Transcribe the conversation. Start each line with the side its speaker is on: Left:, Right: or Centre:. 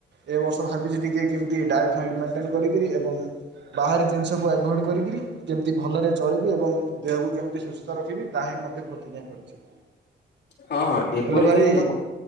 Right: ଏ ବର୍ଷ ଭାବିଛି ଟିକିଏ କେମିତି ଡାଏଟ୍ ହାଇଟ୍ ମେଣ୍ଟେନ୍ କରିକିରି ଏବଂ ବାହାରି ଜିନିଷକୁ ଆଭଏଡ଼୍ କରି କିରି କେମିତି ଭଲରେ ଚଳିବି ଏବଂ ଦେହକୁ କେମିତି ସୁସ୍ଥ ରଖିବି ତାହା ହିଁ ମଧ୍ୟ ପ୍ରତିଜ୍ଞା କରିଛି।
Left: ହଁ ହଁ ଏପରି
Right: ହେଲୋ ଭାଇ
Left: ତ ହିଁ ତ